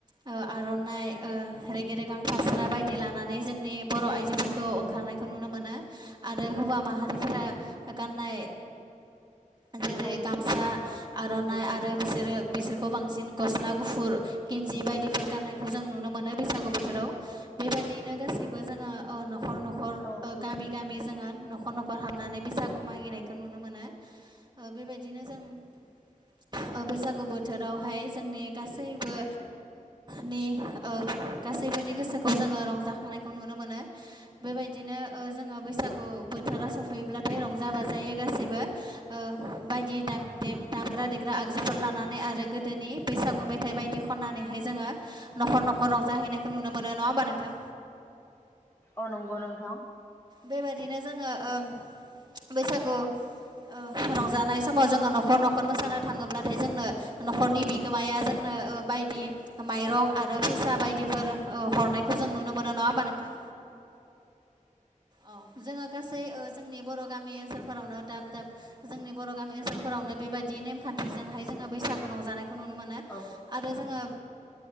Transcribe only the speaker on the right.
आर'नाइ रेगे रेगां फास्रा बायदि लानानै जोंनि बर' आइजोफोरखौ ओंखारनायखौ नुनो मोनो आरो हौवा माहारिफोरा गाननाय। जेरै
गामसा आर'नाइ
आरो बिसोरो बिसोरखौ बांसिन। गस्ला गुफुर गेनजि बायदिफोर गाननायखौ जों नुनो मोनो बैसागु बोथोराव बेबायदियैनो गासैबो जोङो न'खर न'खर
गामि गामि जोङो न'खर न'ख खर हाबनानै बैसागु मागिनायखौ नुनो मोनो बेबायदिनो जों ओ बैसागु बोथोरावहाय जों नि गासैबो नि ओ गासैबोनि गोसोखौ जोङो रंजाखांनायखौ नुनो मोनो बेबायदिनो ओ जोङो बैसागु बोथोरा सफैयोब्लाथाय रंजा बाजायै गासैबो ओ बायदि दाम देम दामग्रा
देग्रा आगजुफोर लानानै आरो गोदोनि बैसागु मेथाइ बायदि खननानैहाय जोङो नखर नखर रंजाहैनायखौ नुनो मोनो नङा होमबा नोंथां
बेबायदिनो जोङो ओ बैसागु ओ रंजानाय समाव जोंङो नखर नखर मोसानो थांङोब्लाथाय जोंनो नखरनि बि गोमाया जोंनो बायदि माइरं आरो फैसा बायदिफोर औ हरनायखौ जों नुनो मोनो ना नङा होनबा नोंथां
औ जोङो गासै जोंनि बर' गामि ओनसोलफोरावनो दाब दाब जोंनि बर' गामि ओनसोलफोरावनो बेबायदि नेमखान्थिजोंहाय जोंङो बैसागु रंजानाय खौ नुनो मोनो
आरो जोङो